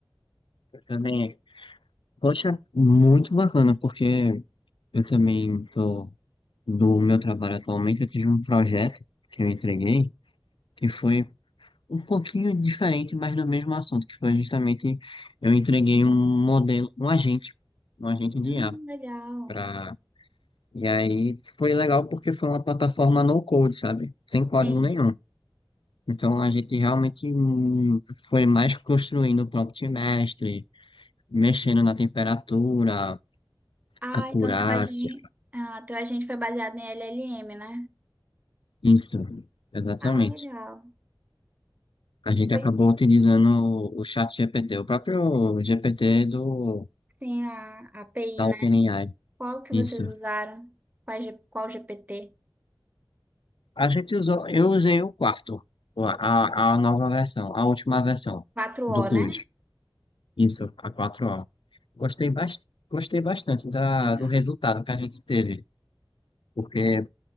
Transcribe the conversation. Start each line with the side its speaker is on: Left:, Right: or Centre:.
Left: Eu também, poxa, muito bacana, porque eu também tô, do meu trabalho atualmente, eu tive um projeto que eu entreguei, que foi um pouquinho diferente, mas no mesmo assunto, que foi justamente eu entreguei um modelo, um agente, um agente
Right: Hum,
Left: de IA
Right: legal.
Left: para e aí foi legal porque foi uma plataforma no code, sabe? Sem código
Right: Sim.
Left: nenhum. Então a gente realmente hum, foi mais construindo o prompt mestre, mexendo na temperatura,
Right: Ah,
Left: acurácia,
Right: então teu agente, ah, teu agente foi baseado em LLM, né?
Left: isso, exatamente.
Right: Ah, legal.
Left: A gente
Right: Foi
Left: acabou utilizando o o chat GPT, o próprio GPT do
Right: sim a, a API,
Left: da
Right: né?
Left: OpenAI.
Right: Qual que
Left: Isso,
Right: vocês usaram? Qual, G- qual GPT?
Left: A gente usou, eu usei o quarto, o- a, a nova versão, a última versão
Right: quatro
Left: do
Right: o
Left: Plus.
Right: né?
Left: Isso, a quatro o Gostei, bas- gostei bastante da,
Right: Legal.
Left: do resultado que a gente teve, porque